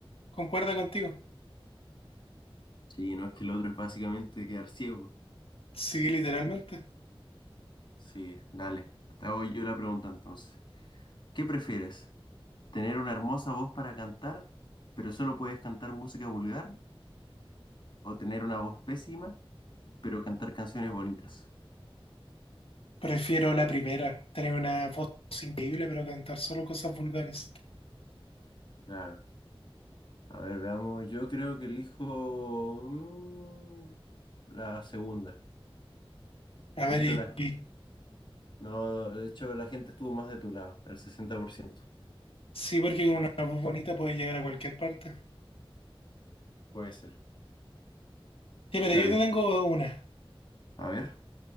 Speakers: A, on the left (about 75°); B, on the left (about 55°).
A: concuerda contigo.
B: Sí, no es que el otro es básicamente quedar ciego.
A: Sí, literalmente.
B: Sí, dale. Te hago yo la pregunta entonces. ¿Qué prefieres? ¿Tener una hermosa voz para cantar, pero solo puedes cantar música vulgar? ¿O tener una voz pésima, pero cantar canciones bonitas?
A: Prefiero la primera, tener una voz increíble, pero cantar solo cosas vulgares.
B: Claro. A ver, veamos. Yo creo que elijo mm, la segunda.
A: A
B: De
A: ver,
B: hecho,
A: y,
B: la
A: y-
B: No, de hecho la gente estuvo más de tu lado, el sesenta por ciento
A: sí, porque con una voz bonita puedes llegar a cualquier parte.
B: Puede ser.
A: Ya, pero
B: Dale,
A: yo te tengo una.
B: a ver.